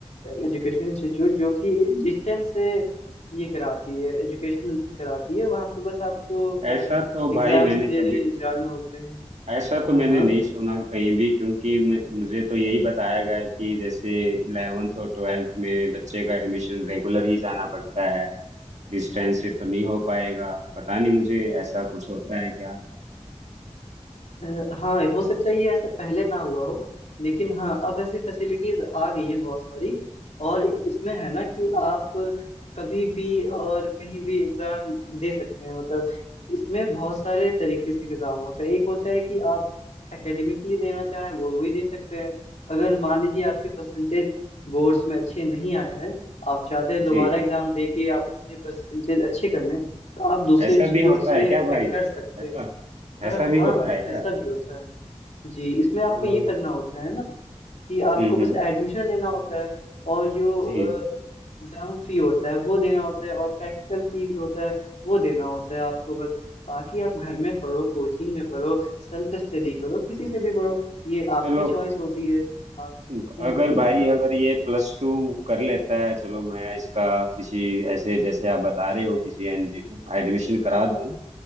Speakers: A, on the left; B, on the right.
A: एजुकेशन इंस्टीट्यूट जो कि डिस्टेंस से ये कराती है एजुकेशनल कराती है वहाँ पे बस आपको
B: ऐसा तो भाई
A: एग्जाम्स
B: मैंने
A: देने
B: कभी
A: जाने होते हैं
B: ऐसा
A: हाँ
B: तो मैंने
A: हाँ
B: नहीं सुना कहीं भी क्योंकि मु- मुझे तो यही बताया गया है कि जैसे इलेवेंथ और ट्वेल्थ में बच्चे का एडमिशन रेगुलर ही जाना पड़ता है डिस्टेंस से तो नहीं हो पाएगा पता नहीं मुझे ऐसा कुछ होता है क्या
A: अ, हाँ हो सकता है ये ऐसा पहले ना हुआ हो लेकिन हाँ अब ऐसी फैसिलिटीज आ गई हैं बहुत सारी और इसमें है ना कि आप कभी भी और कहीं भी एग्जाम दे सकते हैं मतलब इसमें बहुत सारे तरीके से एग्जाम होता है एक होता है कि आप एकेडमिकली देना चाहें वो भी दे सकते हैं अगर मान लीजिए आपके परसेंटेज बोर्ड्स में अच्छे नहीं आए हैं आप चाहते हैं दोबारा
B: जी
A: एग्जाम दे के आपने परसेंटेज अच्छे करने तो आप दूसरे
B: ऐसा
A: इंस्टीट्यूट
B: भी होता
A: से
B: है क्या भाई
A: कर सकते
B: ऐसा
A: हैं अ,
B: ऐसा
A: हाँ
B: भी होता है क्या
A: ऐसा भी होता है जी इसमें आपको
B: चलो
A: ये करना होता है ना कि आपको
B: हम्म
A: बस
B: हम्म
A: एडमिशन लेना होता है और जो
B: जी
A: एग्जाम फी होता है वो देना होता है और प्रैक्टिकल फी होता है वो देना होता है आपको बस बाकी आप घर में पढ़ो कोचिंग में पढ़ो सेल्फ स्टडी करो किसी से भी पढ़ो ये आपकी
B: चलो
A: चॉइस होती है आप
B: अगर
A: हम्म हम्म
B: भाई अगर ये प्लस टू कर लेता है चलो मैं इसका किसी ऐसे जैसे आप बता रहे हो किसी एडमिशन करा दूं